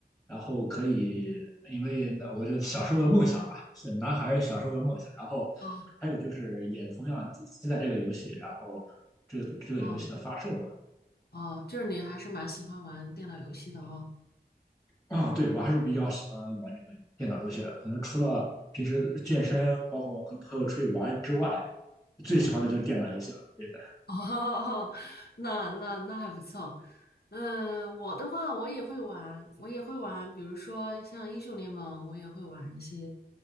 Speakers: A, on the left; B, on the left.
A: 然后可以，因为那我就小时候的梦想吧，是男孩儿小时候的梦想。然后还有就是，
B: 啊
A: 也同样期待这个游戏，然后这个这个游戏的发售嘛。
B: 哦哦，就是你还是蛮喜欢玩电脑游戏的哦。
A: 啊，对，我还是比较喜欢玩这个电脑游戏的。可能除了平时健身，包括跟朋友出去玩之外，最喜欢的就是电脑游戏了。
B: 嗯，
A: 对的。
B: <laughs> 哦，那那那还不错。嗯，我的话我也会玩，我也会玩，比如说像英雄联盟，我也会玩一些。